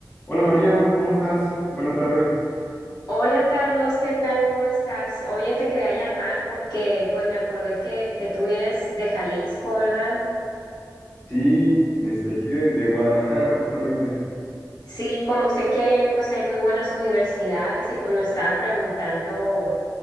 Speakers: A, on the left; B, on the left.
A: Hola María, ¿cómo estás? Buena tarde.
B: Hola Carlos, ¿qué tal? ¿Cómo estás? Oye, te quería llamar porque pues me acordé que, que tú eres de Jalisco, ¿verdad?
A: Sí, desde aquí de, de Guadalajara justamente.
B: Sí, como sé que ahí hay, pues hay muy buenas universidades y pues me estaba preguntando